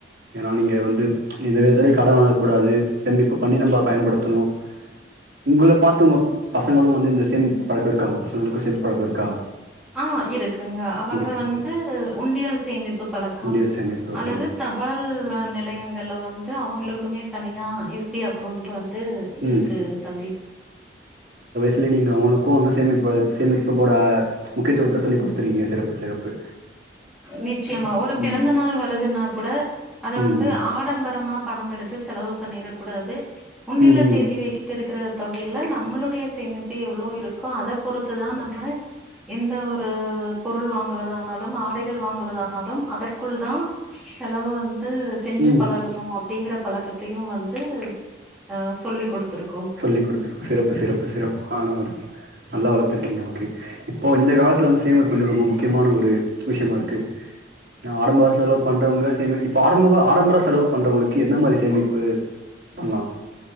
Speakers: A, on the right; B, in the centre.
A: ஏன்னா நீங்க வந்து எந்த விதத்துலயு கடன் வாங்கக் கூடாது செமிப்ப பண்ணி நம்ப பயன்படுத்தணு உங்கள பாத்து உங்க பசங்களு வந்து இந்த சேமிப்பு பழக்க இருக்கா உங்க பசங்களுக்கு சேமிப்பு பழக்க இருக்கா
B: ஆ இருக்குங்க அவங்க
A: இருக்கு
B: வந்து
A: ஓகே
B: உண்டியல் சேமிப்பு பழக்கம்
A: உண்டியல் சேமிப்பு ஓகே
B: அல்லது தபால் அ நிலையங்கள்ல வந்து அவங்களுக்குமே தனியா எஸ் டி அக்கவுண்ட் வந்து இருக்கு
A: ம்
B: தம்பி
A: இல்ல நீங்க அவங்களுக்கு வந்து சேமிப்பு சேமிப்பு போட முக்கியத்துவத்த சொல்லி் கொடுத்திருக்கீங்க சிறப்பு சிறப்பு
B: நிச்சயமா
A: ம்
B: ஒரு பிறந்த
A: ம்
B: நாள் வருதுன்னா கூட அத
A: ம்
B: வந்து ஆடம்பரமா பணம் எடுத்து செலவு பண்ணிறக்கூடாது உண்டில்ல
A: ம் ம்
B: சேத்தி வைத்திருக்கிற தொகையில நம்மளுடைய சேமிப்பு எவ்ளோ இருக்கு அத பொறுத்துதா நம்ம எந்த ஒரு பொருள் வாங்குவதானாலும் ஆடைகள் வாங்குவதானாலும் அதற்குள் தா செலவு வந்து செஞ்சு
A: ம்
B: பழகணு அப் டிங்கிற பழக்கத்தையு வந்து அ சொல்லிக் கொடுத்துருக்
A: சொல்லிக் கொடுத்துருக் சிறப்பு சிறப்பு சிறப்பு ஆனால் நல்லா வளத்துருக்கீங்க ஓகே இப்போ இந்த காலத்துல வந்து சேமிப்பு பண்றது ரொம்ப முக்கியமான ஒரு விஷயமா இருக்கு
B: <inaudible>
A: ஆடம்பர செலவு பண்றவங்க சேமி இப்ப ஆடம்பர ஆடம்பர செலவு பண்றவங்கள்க்கு என்ன மாரி சேமிப்பு பண்லா